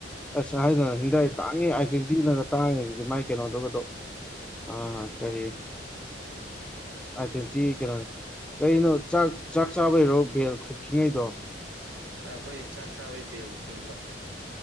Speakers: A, in the centre; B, on the right (about 90°).
A: ꯑꯁ ꯍꯥꯏꯗꯅ ꯍꯤꯟꯗꯥꯏ ꯇꯥꯡꯉꯦ ꯑꯥꯏꯇꯋ꯭ꯦꯟꯇꯤꯅꯒ ꯇꯥꯡꯉꯤꯖꯤꯗꯤ ꯃꯥꯏ ꯀꯩꯅꯣꯗꯨꯒꯗꯣ ꯑꯥ ꯀꯥꯔꯤ
B: ꯎꯝ
A: ꯑꯥꯏ ꯇ꯭ꯋꯦꯟꯇꯤ ꯀꯩꯅꯣꯗꯣ ꯀꯩꯅꯣ ꯆꯥꯛ
B: ꯎꯝ
A: ꯆꯥꯛ ꯆꯥꯕꯩꯔꯣ ꯚꯦꯜ ꯈꯤꯉꯩꯗꯣ
B: ꯑꯩꯈꯣꯏ ꯆꯥꯛ ꯆꯥꯕꯩ ꯕꯦꯜ ꯈꯤꯡꯕ